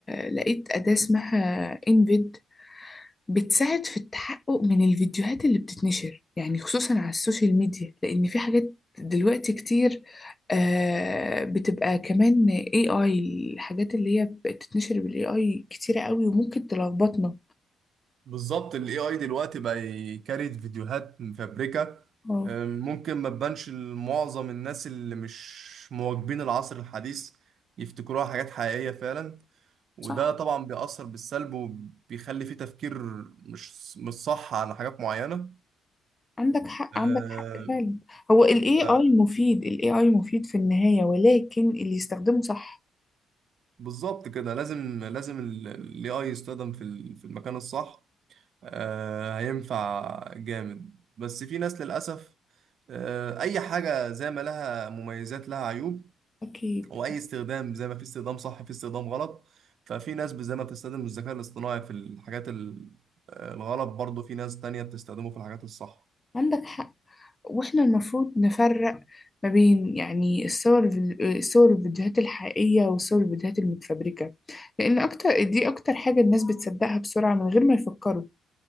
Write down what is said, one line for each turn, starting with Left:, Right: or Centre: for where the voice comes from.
Left: لقيت أداة اسمها إنفيد بتساعد في التحقق من الفيديوهات اللي بتتنشر يعني خصوصا على السوشيال ميديا لأن في حاجات دلوقتي كتير آه بتبقى كمان AI الحاجات اللي هي بتتنشر بال AI كتيرة قوي وممكن تلخبطنا
Right: بالظبط ال AI دلوقتي بقى يكريت فيديوهات مفبركة
Left: اه
Right: أم، ممكن ما تبانش لمعظم الناس اللي مش مواكبين العصر الحديث يفتكروها حاجات حقيقية فعلا وده
Left: صح
Right: طبعا بيأثر بالسلب وبيخلي فيه تفكير مش مش صح على حاجات معينة
Left: عندك حق
Right: آه،
Left: عندك حق فعلا هو ال AI
Right: ف-
Left: مفيد ال AI مفيد في النهاية ولكن اللي يستخدمه صح
Right: بالظبط كده لازم لازم ال AI يستخدم في ال- في المكان الصح آه، هينفع جامد بس في ناس للأسف آه، أي حاجة زي ما لها مميزات لها عيوب
Left: أكيد
Right: وأي استخدام زي ما في استخدام صح في استخدام غلط ففي ناس زي ما بتستخدم الذكاء الاصطناعي في الحاجات ال- آه، الغلط برضه في ناس تانية بتستخدمه في الحاجات الصح
Left: عندك حق واحنا المفروض نفرق ما بين يعني الصور الصور الفيديوهات الحقيقية والصور الفيديوهات المتفبركة لأن أكتر دي أكتر حاجة الناس بتصدقها بسرعة من غير ما يفكروا